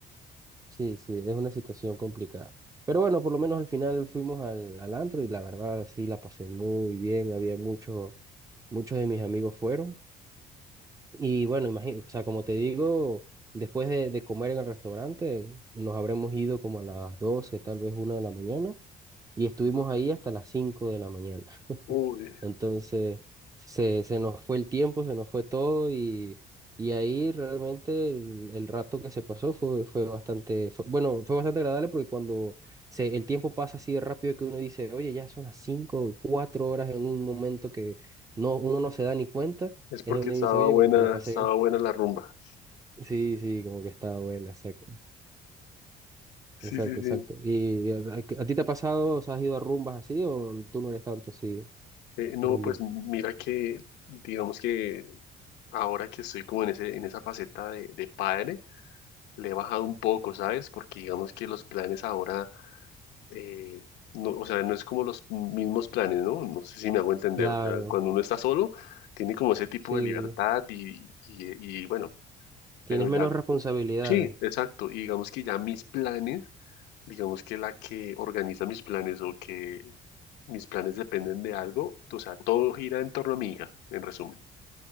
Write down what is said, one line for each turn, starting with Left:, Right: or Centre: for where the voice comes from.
Right: Sí, sí, es una situación complicada. Pero bueno, por lo menos al final fuimos al, al antro y la verdad sí la pasé muy bien. Había muchos, muchos de mis amigos fueron. Y bueno, imagino, o sea, como te digo, después de, de comer en el restaurante, nos habremos ido como a las doce tal vez una de la mañana, y estuvimos ahí hasta las 5 de la mañana.
Left: Uy,
Right: Entonces, se, se nos fue el tiempo, se nos fue todo y, y ahí realmente el, el rato que se pasó fue, fue bastante, fue- bueno, fue bastante agradable porque cuando se, el tiempo pasa así de rápido que uno dice, oye, ya son las cinco o cuatro horas en un momento que no, uno no se da ni cuenta,
Left: es porque
Right: es donde
Left: estaba
Right: uno dice, oye,
Left: buena,
Right: como que la pasé
Left: estaba
Right: bien.
Left: buena la rumba.
Right: Sí, sí, como que estaba buena, exacto.
Left: Sí,
Right: Exacto,
Left: sí,
Right: exacto.
Left: sí.
Right: ¿Y a, a- a ti te ha pasado, o sea, has ido a rumbas así o tú no eres tanto así,
Left: Eh, no,
Right: rumbiar?
Left: pues mira que, digamos que ahora que estoy como en ese, en esa faceta de, de padre, le he bajado un poco, ¿sabes? Porque digamos que los planes ahora eh, no, o sea, no es como los mismos planes, ¿no? No sé si me hago entender.
Right: Claro,
Left: O sea, cuando uno está solo, tiene como ese tipo
Right: sí.
Left: de libertad y, y, y bueno,
Right: Tienes
Left: pero
Right: menos
Left: ya,
Right: responsabilidades.
Left: sí, exacto. Y digamos que ya mis planes, digamos que la que organiza mis planes o que mis planes dependen de algo, o sea, todo gira en torno a mi hija, en resumen.